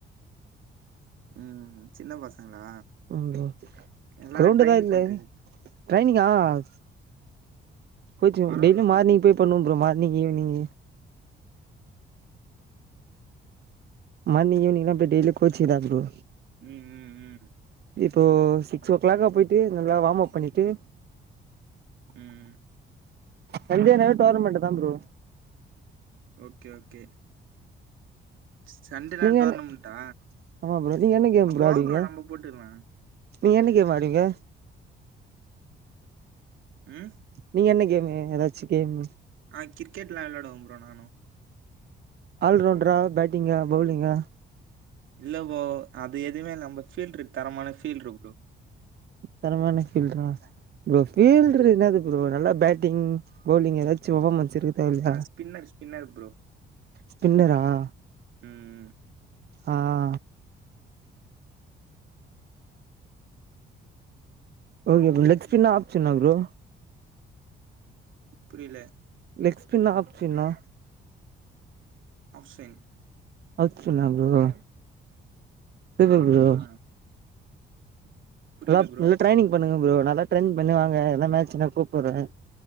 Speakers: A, on the right; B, on the right.
A: ம். சின்ன பசங்களா?
B: அப்றோ ப்ரோ
A: எல்லாரையும்
B: க்ரௌண்டு
A: ட்ரெயின்
B: தா இல்ல
A: பண்றீங்க.
B: ட்ரைனிங்கா ஆ <inaudible> கோச்சிங்
A: பரவால்ல
B: டெய்ல்யு மார்னிங்
A: ப்ரோ.
B: போய் பண்ணுவெ ப்ரோ மார் இன்னிக் ஈவினிங்கி மார்னிங் ஈவ்னிங்ளா இப்ப டெய்லி கோச்சு தா ப்ரோ
A: ம் ம் ம்
B: இப்போ சிக்ஸ் ஓ க்ளாக்கா போய்ட்டு நல்லா வாம் அப் பண்ணிட்டு
A: ம்.
B: சண்டேனா டோர்னமெண்டு த ப்ரோ
A: ஓகே ஓகே ச சண்டே நால்
B: நீங்க
A: டோர்னமெண்ட்டா
B: என்ன ஆமா ப்ரோ நீங்க என்ன கேம்
A: அப்போ வா
B: ஆடுவீங்க
A: ப்ரோ நம்போ போட்டுக்லா
B: நீங்க என்ன கேம் ஆடுவிங்க
A: ம்.
B: நீங்க என்ன கேம் ஏ ஏதாச்சு கேம்
A: ஆ கிரிக்கெட்லா விளையாடுவோ ப்ரோ நானும்
B: ஆல்ரவுண்ட்ரா பேட்டிங்கா பௌலிங்கா
A: இல்ல ப்ரோ அது எதுவுமே நம்ம ஃபீல்டு இருக்கு தரமான ஃபீல்டு இருக் ப்ரோ
B: தரமான ஃபீல்ட்ரா ப்ரோ ஃபீல்ட்ரு
A: ம்.
B: என்னது ப்ரோ நல்லா பேட்டிங் பௌலிங் எதாச்சு ஒக <unintelligible> ட்ஸ் இருக்க தேவல்லையா
A: ஆ ஸ்பின்னர், ஸ்பின்னர் ப்ரோ.
B: ஸ்பின்னரா ஆ
A: ம் ம்
B: ஆஆ ஓகே ப்ரோ லெக் ஸ்பின்னா ஆஃப் ஸ்பின்னா ப்ரோ
A: புரில
B: லெக் ஸ்பின்னா ஆஃப் ஸ்பின்னா
A: ஆஃப் ஸ்பின்
B: ஆஃப் ஸ்பின்னா ப்ரோ சூப்பர் ப்ரோ
A: ஆ. புரியல
B: நல்லா
A: ப்ரோ.
B: நல்ல ட்ரைனிங் பண்ணுங்க ப்ரோ நல்லா ட்ரைனிங் பண்ணு வாங்க எதனா மேச்சினா கூப்புட்றே